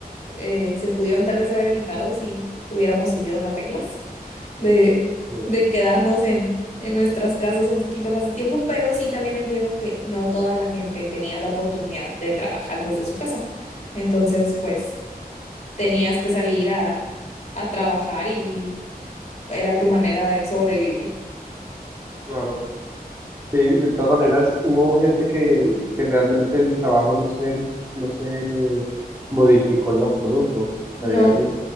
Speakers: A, on the left (about 45°); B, on the right (about 15°).
A: eh, se pudieron tal vez haber evitado si hubiéramos seguido las reglas de,
B: eh,
A: de quedarnos en, en nuestras casas un poquito más de tiempo, pero sí también entiendo que no toda la gente tenía la oportunidad de trabajar desde su casa. Entonces, pues tenías que salir a a trabajar y era tu manera de sobrevivir.
B: claro. Sí, de todas maneras, hubo gente que, que realmente el trabajo no se, no se modificó en lo absoluto. O
A: No,
B: sea, digamos,